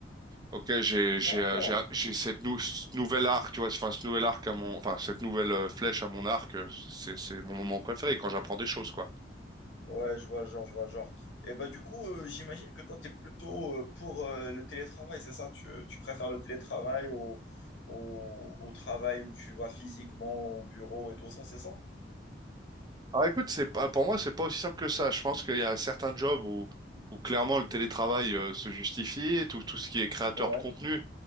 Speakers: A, on the right; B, on the left.
A: OK, j'ai j'ai
B: d'accord.
A: euh, j'ai j'ai cette nou ce nouvel arc, tu vois, enfin ce nouvel arc à mon enfin cette nouvelle euh, flèche à mon arc, euh, c'est c'est mon moment préféré quand j'apprends des choses quoi.
B: Ouais, je vois le genre, je vois le genre. Et bah du coup, euh, j'imagine que toi, tu es plutôt euh, pour euh, le télétravail, c'est ça? Tu, tu préfères le télétravail au, au, au travail où tu vas physiquement au bureau et tout ça, c'est ça?
A: Alors écoute, c'est pas pour moi, c'est pas aussi simple que ça. Je pense qu'il y a certains jobs où où clairement le télétravail euh, se justifie, tout tout ce qui est créateur
B: Ouais.
A: de contenu